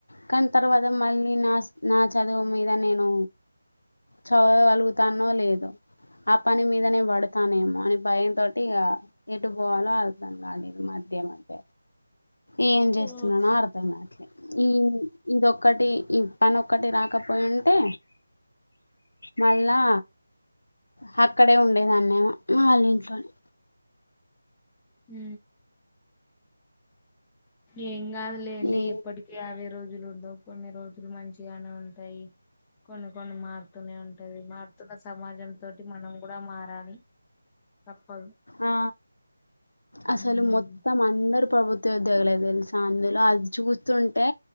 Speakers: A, on the left (about 80°); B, on the left (about 15°).
A: కాని తర్వాత మళ్ళీ నాస్ నా చదువు మీద నేను చదవగలుగుతానో లేదో ఆ పని మీదనే పడతానేమో అని భయం తోటి ఇగ ఎటు పోవాలో అర్దం కాలేదు మధ్య మధ్య ఏం చేస్తున్నానో
B: ఓహో
A: అర్థం కాట్లే ఉమ్ ఇదొక్కటి పనొక్కటి రాకపోయుంటే మళ్ళా హక్కడే ఉండేదాన్నేమో వాళ్ళింట్లోనే
B: ఊ ఏం కాదులేండి
A: ఏ
B: ఎప్పటి ఇగ అవ్వే రోజులుండవు కొన్ని రోజులు మంచిగానే ఉంటాయి కొన్ని కొన్ని మార్ తూనే ఉంటది మారుతున్న సమాజం తోటి మనం కూడా మారాలి తప్పదు
A: ఆ అస్సలు
B: ఉమ్
A: మొ త్తం అందరూ ప్రభుత్వ ఉద్యోగులే వీళ్ళ ఫ్యామిలీ లో అది చూస్తుంటే